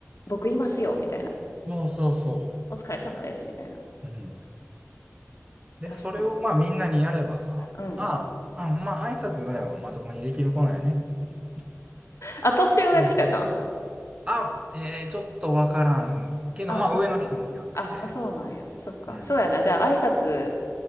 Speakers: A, on the left; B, on the right.
A: 僕いますよ、みたいな。
B: そうそうそ
A: お疲れ様です、みたいな。
B: う。うん。で、
A: 確かに。
B: それを、まあ、みんなにやればさ、
A: うん。
B: ああ、あ、まあ、挨拶ぐらいはまともにできる子なんやねっていう。
A: あ、年上の人やったん
B: うんあ、えー、ちょっとわからんけど、
A: あ、
B: まあ、
A: そっかそっか。
B: 上の人になって、
A: あ、あそうなんや。そっか。
B: うん。
A: そうやな。じゃあ挨拶